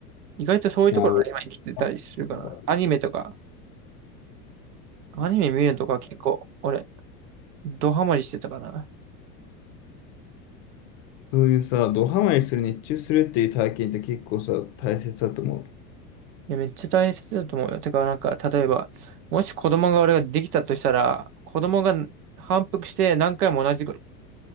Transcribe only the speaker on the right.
意外とそういうところが今生きてたりするから。
アニメとか、アニメ見るのとか結構俺、ドハマりしてたかな。
いや、めっちゃ大切だと思うよ。てか、なんか、例えば、もし子供が俺ができたとしたら、子供が反復して何回も同じ